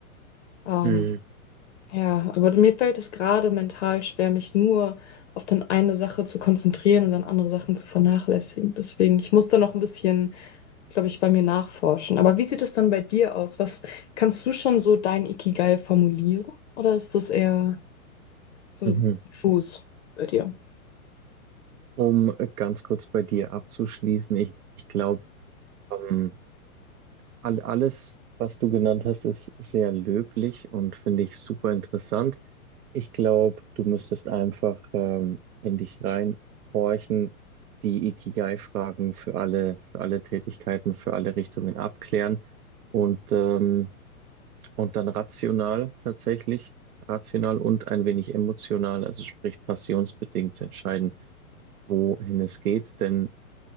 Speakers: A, on the left (about 50°); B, on the right (about 80°).
A: Ähm,
B: Mhm.
A: ja, aber mir fällt es gerade mental schwer, mich nur auf dann eine Sache zu konzentrieren und dann andere Sachen zu vernachlässigen. Deswegen, ich muss da noch ein bisschen, glaube ich, bei mir nachforschen. Aber wie sieht es dann bei dir aus? Was kannst du schon so dein Ikigai formulieren? Oder ist das eher so
B: Mhm.
A: diffus bei dir?
B: Um ganz kurz bei dir abzuschließen, ich, ich glaube, ähm, all, alles, was du genannt hast, ist sehr löblich und finde ich super interessant. Ich glaube, du müsstest einfach ähm, in dich reinhorchen, die Ikigai-Fragen für alle, für alle Tätigkeiten, für alle Richtungen abklären und, ähm, und dann rational tatsächlich, rational und ein wenig emotional, also sprich passionsbedingt entscheiden. wohin es geht. Denn